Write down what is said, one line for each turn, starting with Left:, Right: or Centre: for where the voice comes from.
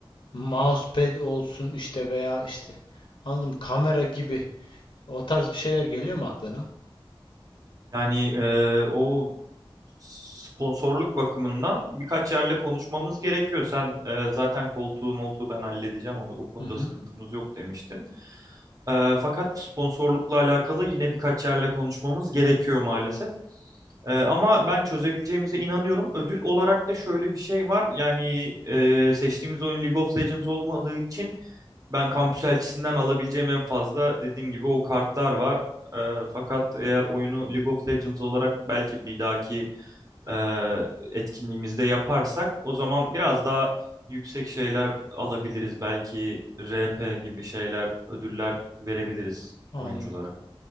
Left: mousepad olsun işte veya işte anladım kamera gibi o tarz bir şeyler geliyor mu aklına?
Right: Yani eee, o sponsorluk bakımından birkaç yerle konuşmamız gerekiyor. Sen eee, zaten koltuğu moltuğu ben halledeceğim onu. O konuda
Left: Hı hı.
Right: sıkıntımız yok demiştin. Ee, fakat sponsorlukla alakalı yine birkaç yerle konuşmamız gerekiyor maalesef. Ee, ama ben çözebileceğimize inanıyorum. Ödül olarak da şöyle bir şey var. Yani e, seçtiğimiz oyun League of Legends olmadığı için ben kampüs elçisinden alabileceğim en fazla dediğim gibi o kartlar var. Ee, fakat eğer oyunu League of Legends olarak belki bir dahaki e, etkinliğimizde yaparsak o zaman biraz daha yüksek şeyler alabiliriz. Belki RP gibi şeyler, ödüller verebiliriz
Left: Anladım.
Right: oyunculara.